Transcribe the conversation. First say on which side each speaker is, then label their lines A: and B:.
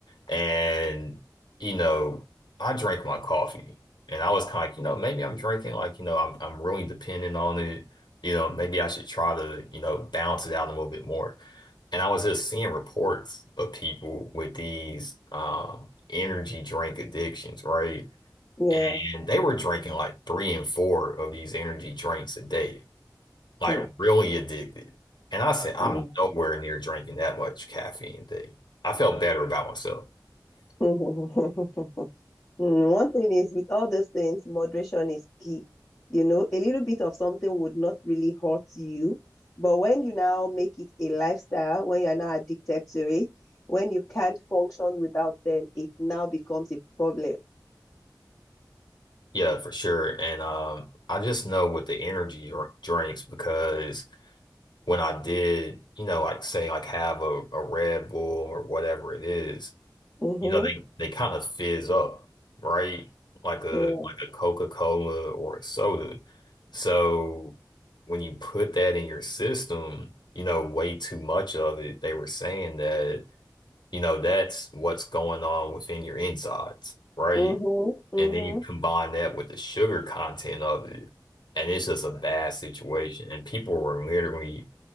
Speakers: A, on the left; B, on the left.
A: And, you know, I drank my coffee and I was kind of, you know, maybe I'm drinking like, you know, I'm I'm really dependent on it. You know, maybe I should try to, you know, balance it out a little bit more. And I was just seeing reports of people with these um energy drink addictions, right?
B: yeah.
A: And they were drinking like three and four of these energy drinks a day, like
B: Mm,
A: really addicted. And I said, I'm
B: mm.
A: nowhere near drinking that much caffeine a day. I felt better about myself.
B: Mm, <laughs> Mm, One thing is with all these things, moderation is key. You know, a little bit of something would not really hurt you, but when you now make it a lifestyle, when you're now addicted to it, when you can't function without them, it now becomes a problem.
A: Yeah, for sure. And um, I just know with the energy dr- drinks because when I did, you know, like say like have a, a Red Bull or whatever it is,
B: Mm-hmm.
A: you know, they they kind of fizz up, right? Like a
B: Yeah.
A: like a Coca-Cola or a soda. So when you put that in your system, you know, way too much of it, they were saying that, you know, that's what's going on within your insides, right?
B: Mm-hmm.
A: and
B: Mm-hmm.
A: then you combine that with the sugar content of it, and it's just a bad situation. And people were literally,